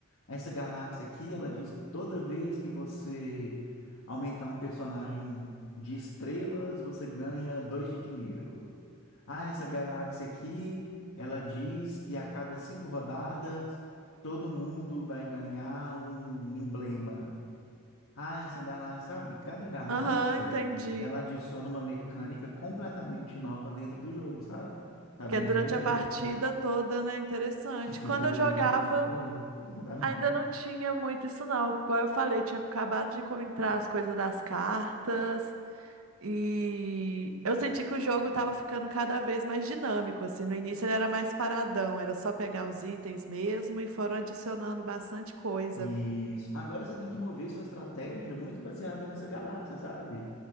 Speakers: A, on the left; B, on the right.
A: essa galáxia aqui, ela diz que toda vez que você aumentar um personagem de estrelas, você ganha dois de dinheiro. Ah, essa galáxia aqui, ela diz que a cada cinco rodadas todo mundo vai ganhar um emblema. Ah, essa galáxia, sabe? Cada galáxia,
B: Aham, entendi.
A: ela adiciona uma mecânica completamente nova dentro do jogo, sabe? Tá bem
B: Que é durante
A: divertido,
B: a partida toda, né? Interessante.
A: que fica
B: Quando
A: durante
B: eu jogava,
A: a partida toda. Exatamente.
B: ainda não tinha muito isso, não. Igual eu falei, tinha acabado de co- entrar as coisas das cartas. E eu senti que o jogo tava ficando cada vez mais dinâmico, assim. No início ele era mais paradão, era só pegar os itens mesmo e foram adicionando bastante coisa.
A: Isso. Agora você tem que mover sua estratégia muito baseado nessa galáxia, sabe?